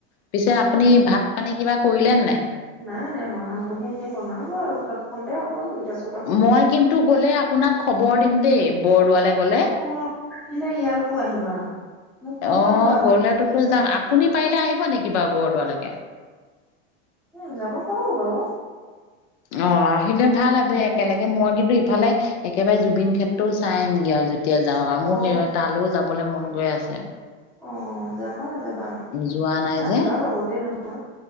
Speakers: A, on the left; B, in the centre.
A: পিছে আপুনি ভাত পানী কিবা কৰিলে নে নাই?
B: নাই নাই বনামগৈহে এতিয়া বনাওঁ গৈ আৰু তৎক্ষণতে হ'ব দুইটা চৌ
A: মই কিন্তু গ'লে আপোনাক খবৰ দিম দেই বৰদোৱালে গ'লে।
B: অ আহিলে ইয়ালৈকো আহিবা। মোক খবৰ
A: অ',
B: দিবা আকৌ
A: গ'লেতোতো যাম আপুনি পাৰিলে আহিব নেকি বাৰু বৰদোৱালৈকে।
B: ও যাব পাৰোঁ বাৰু।
A: অ', আহিলে ভাল আছে একেলগে মই কিন্তু ইফালে একেবাৰে জুবিন ক্ষেত্ৰও চাই আহিমগৈ আজ যেতিয়া যাওঁ আৰু
B: অ',
A: মোৰ সেই তালৈও যাবলৈ মন গৈ আছে।
B: অ', যাবা যাবা।
A: যোৱা নাই
B: ৰাস্তাৰ
A: যে
B: লগতে নহয়